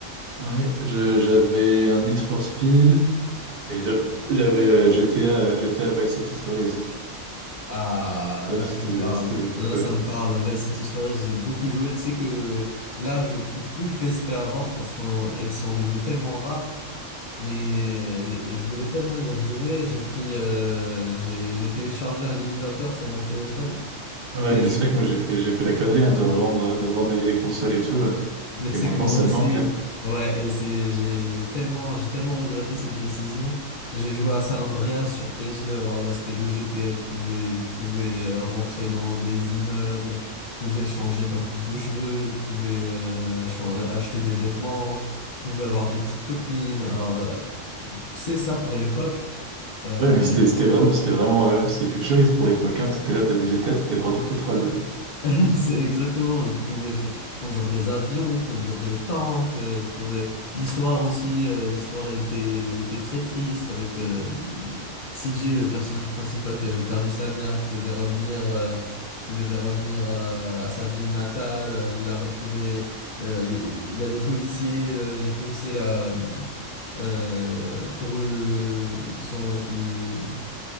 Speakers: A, on the right; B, on the left.
A: Ouais, je- j'avais un Need for Speed et je- j'avais euh, GTA, euh, GTA Vice City Stories.
B: Ah,
A: Ça,
B: là,
A: c'était
B: tu me
A: le,
B: parles.
A: c'était le
B: Là,
A: feu.
B: ça me parle. Vice City Stories, j'ai beaucoup joué. Tu sais que là, je trouve plus de PSP à vendre parce qu'elles sont devenues tellement rares. Mais euh, je voulais tellement y rejouer. J'ai pris, euh, j'ai, j'ai téléchargé un émulateur sur mon téléphone
A: Ouais,
B: et
A: mais
B: je,
A: c'est vrai que moi j'ai fait, j'ai fait la connerie hein, de revendre, de revendre mes vieilles consoles et tout. euh,
B: Mais tu
A: Et
B: sais
A: maintenant,
B: que moi
A: ça
B: aussi,
A: me manque. hein.
B: ouais, et c'est, j'ai, j'ai tellement, j'ai tellement regretté cette décision. J'ai joué à San Andreas sur PS2. Alors là, c'était le GTA. Tu pouvais, tu pouvais euh, rentrer dans des immeubles, tu pouvais changer ta coupe de cheveux, tu pouvais euh, chan- euh, acheter des vêtements, tu pouvais avoir des petites copines. Alors, euh, c'est ça pour l'époque. euh,
A: Ouais, mais c'était c'était vraiment, c'était vraiment, euh, c'est futuriste pour l'époque. hein. T'étais là, t'avais GTA, t'étais le roi du pétrole.
B: <laughs> C'est exactement, tu pouvais fa- conduire des avions, conduire des tanks, euh, tu pouvais... L'histoire aussi, euh, l'histoire elle était, elle était très triste avec euh, CJ, le personnage principal qui avait perdu sa mère, qui devait revenir, euh, qui devait revenir euh, à sa ville natale. Euh, Il a retrouvé, euh, il il y a les policiers, le- les policiers là, euh, courus, sont hein, qui